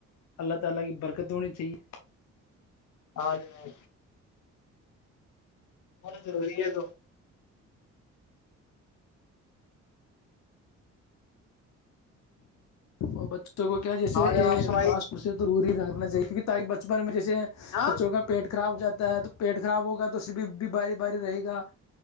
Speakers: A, on the left; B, on the left.
A: اللہ تعالی کی برکت ہونی چاہیے
B: ہاں جناب ہونا ضروری ہے تو
A: اور بچوں تو وہ کیا جیسے
B: ہاں
A: ا
B: جناب سنائی
A: پاس پ سے توور ہی رہ نا چاہے کیونکہ ت بچپن میں
B: ہاں
A: ب چوں کاا پیٹ کے خراب ہو جاتا ہے تو پیٹ خراب ہوگا تو اس بھی بھی باری باری رہے گا